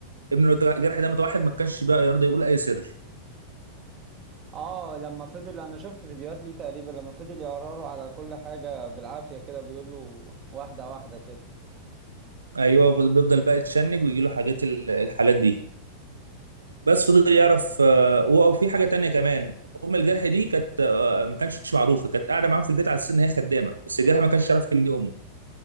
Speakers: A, on the right; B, on the right.
A: ابن الجرح ده متوحد ما كانش بقى يرضى يقول اي سر
B: اه لما فضل انا شفت فيديوهات ليه تقريبا لما فضل يقرروا على كل حاجة بالعافية كده بيقول له واحدة واحدة كده
A: ايوه بيفضل بقى يتشنج ويجي له حاجات ال- الحالات دي بس فضل يعرف آه، هو- وفي حاجه تانية كمان ام الجرح دي كانت آه، ما كانتش معروفه كانت قاعده معاهم في البيت على اساس ان هي خدامه بس الجرح ما كانش يعرف ان دي امه